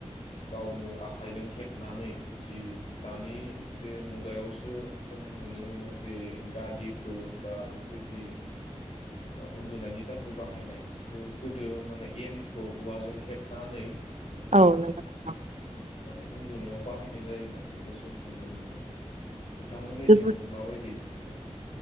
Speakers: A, on the left (about 60°); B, on the right (about 80°).
A: गावनो आखाइजों हेबनानै, जि दानि बे मुगायावसो जों नुनो मोनो बे गादिफोर बा बेफोरबायदि उन्दुनायनि थाखाय बाहायनाय खिन्थु गोदो माने एमखौ औवाजों हेबनानै बेखौ
B: औ नोंगौ नोंथां।
A: माने उन्दुनायाव बाहायनाय जायोमोन बेखौ जोङो नुनो मोनो। नोंथांमोननिथिं
B: जोबोद
A: माबायदि? बेयो